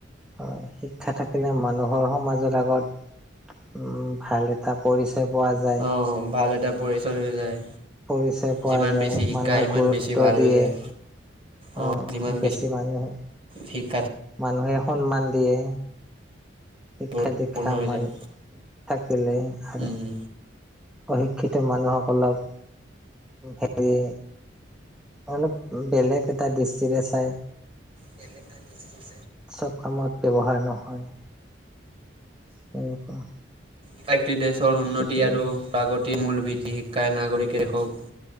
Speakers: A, in the centre; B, on the right.
A: হয় শিক্ষা থাকিলে মানুহৰ সমাজৰ আগত উম ভাল এটা পৰিচয় পোৱা যায়।
B: অঁ ভাল এটা পৰিচয় হৈ যায়
A: পৰিচয় পোৱা
B: যিমান
A: যায়
B: বেছি শিকা
A: মানুহে
B: ইমান
A: গুৰুত্ব
B: বেছি ভাল
A: দিয়ে।
B: হৈ যায় অঁ
A: অ
B: যিমান
A: বেছি মানুহে,
B: শিক্ষা
A: মানুহে সন্মান দিয়ে। শিক্ষা
B: গুৰুত্বপূৰ্ণ
A: দীক্ষা
B: হৈ
A: মান
B: যায়
A: থাকিলে আৰু
B: উম।
A: অশিক্ষিত মানুহসকলক হেৰি অলপ বেলেগ এটা দৃষ্টিৰে চাই।
B: বেলেগ এটা দৃষ্টিৰে চাই।
A: চব কামত ব্যৱহাৰ নহয়। তেনেকুৱা।
B: <unintelligible> দেশৰ উন্নতি
A: গতিকে
B: আৰু প্ৰাগতিৰ মূল ভিত্তি শিক্ষাই নাগৰিকে হওঁক।